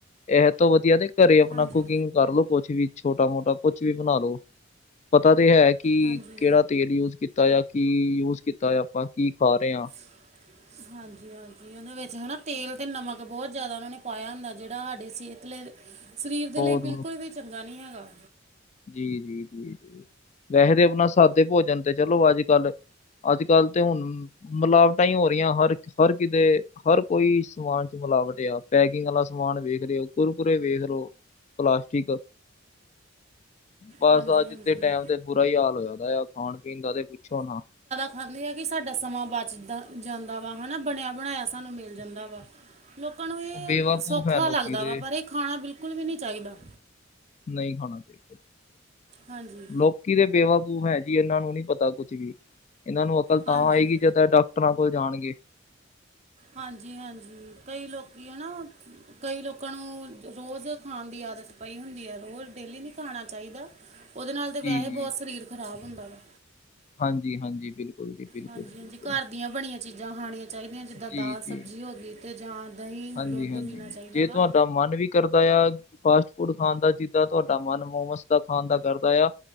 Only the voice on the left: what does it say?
ਇਹ ਤੋਂ ਵਧੀਆ ਨੇ ਘਰੇ ਆਪਣਾ
ਕੁਕਿੰਗ ਕਰਲੋ ਕੁਛ ਵੀ ਛੋਟਾ ਮੋਟਾ ਕੁਛ ਵੀ ਬਣਾ ਲੋ ਪਤਾ ਤੇ ਹੈ। ਕੀ
ਕਿਹੜਾ ਤੇਲ ਯੂਜ ਕੀਤਾ ਆ ਕੀ ਯੂਜ ਕੀਤਾ ਆ ਆਪਾਂ ਕੀ ਖਾ ਰਹੇ ਹਾਂ।
ਬਹੁਤ
ਜੀ ਜੀ ਜੀ ਜੀ ਵੈਸੇਦੇ ਆਪਣਾ ਸਾਦੇ ਭੋਜਨ ਤੇ ਚਲੋ ਅੱਜ ਕੱਲ ਅੱਜ ਕੱਲ੍ਹ ਤੇ ਹੁਣ ਮਿਲਾਵਟਾਂ ਹੀ ਹੋ ਰਹੀਆਂ ਹਰ ਹਰ ਕਿਤੇ ਹਰ ਕੋਈ ਸਮਾਨ ਚ ਮਿਲਾਵਟ ਆ। ਪੈਕਿੰਗ ਵਾਲਾ ਸਮਾਨ ਵੇਖ ਲਓ ਕੁਰਕੁਰੇ ਵੇਖ ਲਓ ਪਲਾਸਟਿਕ ਬਸ
ਅੱਜ
ਦੇ ਟੈਮ ਤੇ ਬੁਰਾ ਹੀ ਹਾਲ ਹੋਇਆ ਖਾਣ ਪੀਣ ਦਾ ਤੇ ਪੁੱਛੋ ਨਾ
ਬੇਵਾਕੂਫ
ਹੈ ਲੋਕੀ
ਤੇ
ਨਹੀਂ ਖਾਣਾ ਚਾਹੀਦਾ
ਲੋਕਾਂ। ਦੁਨੀਆ ਵੀ ਬੇਵਾਕੂਫ ਹੈ ਜੀ ਇਹਨਾਂ ਨੂੰ ਨੀ ਪਤਾ ਕੁੱਝ ਵੀ ਇਹਨਾਂ ਨੂੰ ਅਕਲ ਤਾਂ
ਆਏਗੀ ਜਿੱਦਾਂ ਡਾ ਡਾਕਟਰਾਂ ਕੋਲ ਜਾਣਗੇ।
ਜੀ ਜੀ
ਹਾਂਜੀ, ਹਾਂਜੀ ਬਿਲਕੁਲ ਜੀ ਬਿਲਕੁਲ
ਬਿਲਕੁਲ
ਜੀ
ਜੀ
ਹਾਂਜੀ-ਹਾਂਜੀ,
ਜੇ
ਤੁਹਾਡਾ ਮਨ ਵੀ ਕਰਦਾ ਆ ਫਾਸਟ ਫੂਡ ਖਾਣ ਦਾ ਜਿੱਦਾਂ ਤੁਹਾਡਾ ਮਨ ਮੋਮਸ ਦਾ ਖਾਣ ਦਾ ਕਰਦਾ ਆ।